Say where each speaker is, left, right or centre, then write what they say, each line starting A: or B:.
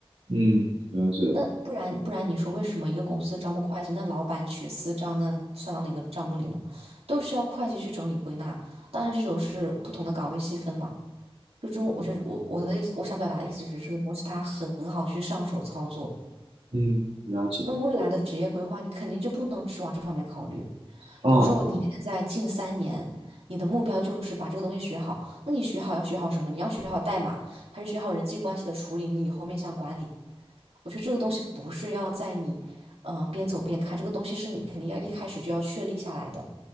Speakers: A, on the right; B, on the right.
A: 嗯，了解了。
B: 那不然不然，你说为什么一个公司招募会计，那老板取私账，那算到哪个账目里呢？都需要会计去整理归纳。当然，这都是不同的岗位细分嘛。就这种，我是我我的意思，我想表达的意思是，这个东西它很好去上手操作。
A: 嗯，了解。
B: 那未来的职业规划，你肯定就不能只往这方面考虑。
A: 哦，
B: 比如说你现在近三年，你的目标就是把这个东西学好，那你学好要学好什么？你要学好代码，还是学好人际关系的处理？你以后面向管理，我觉得这个东西不是要在你，呃，边走边看，这个东西是你肯定要一开始就要确立下来的。